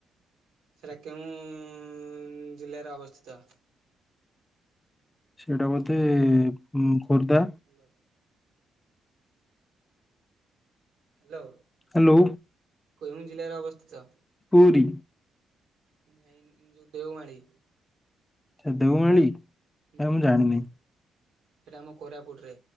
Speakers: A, on the right; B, on the left.
A: ସେଟା କେଉଁ ଜିଲ୍ଲାରେ ଅବସ୍ଥିତ।
B: ସେଇଟା ବୋଧେ ଖୋର୍ଦ୍ଧା ଉଁ।
A: ହାଲୋ। ହାଲୋ।
B: ହାଲୋ।
A: କୋଉଁ ଜିଲ୍ଲାରେ ଅବସ୍ଥିତ।
B: ପୁରୀ।
A: ନାଇଁ ଯୋଉ ଦେଓମାଳିୀ।
B: ଖାଲି ଦେଓମାଳି
A: ହୁଁ।
B: ଆଉ ମୁଁ ଜାଣିନି।
A: ସେଇଟା ଆମ କୋରାପୁଟ ରେ।